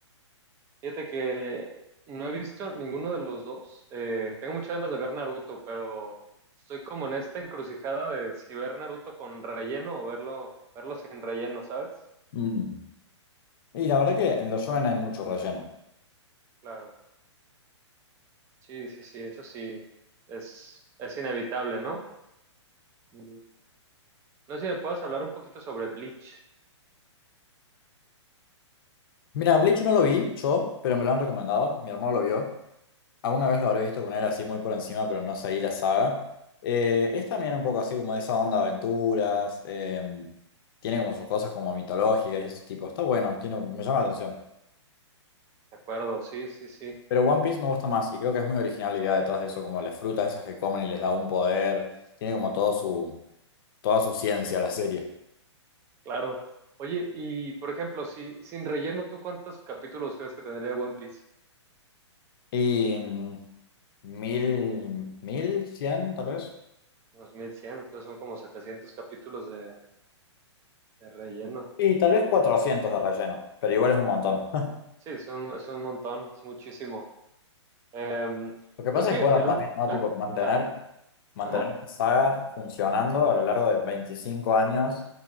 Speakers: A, on the right; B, on the left.
A: Fíjate que no he visto ninguno de los dos. Eh, tengo muchas ganas de ver Naruto, pero estoy como en esta encrucijada de si ver Naruto con relleno o verlo, verlo sin relleno, ¿sabes?
B: mm. Y la verdad que en los shonen hay mucho relleno.
A: Claro. Sí, sí, sí, eso sí es, es inevitable, ¿no? Mm, No sé si me puedes hablar un poquito sobre Bleach.
B: Mira, Bleach no lo vi yo, pero me lo han recomendado, mi hermano lo vio. Alguna vez lo habré visto con él así muy por encima, pero no seguí la saga. Eh, es también un poco así como de esa onda de aventuras. em, tiene como sus cosas como mitológicas y ese tipo. Está bueno, tiene, me llama la atención.
A: De acuerdo, sí, sí, sí,
B: Pero One Piece me gusta más y creo que es muy original la idea detrás de eso, como las frutas esas que comen y les da un poder. Tiene como todo su, toda su ciencia la serie.
A: claro. Oye, y por ejemplo, si sin relleno, ¿tú cuántos capítulos crees que tendría One Piece?
B: Y mm, mil, mil cien tal vez.
A: dos mil cien entonces son como 700 capítulos de, de relleno.
B: Y tal vez cuatrocientos de relleno, pero igual es un montón.
A: Sí, es un, es un montón, es muchísimo. Em,
B: Lo que pasa
A: creo que
B: es que, bueno,
A: el
B: también,
A: último...
B: ¿no?
A: Ah,
B: Tipo, mantener,
A: ah,
B: mantener
A: ajá,
B: una saga funcionando a lo largo de 25 años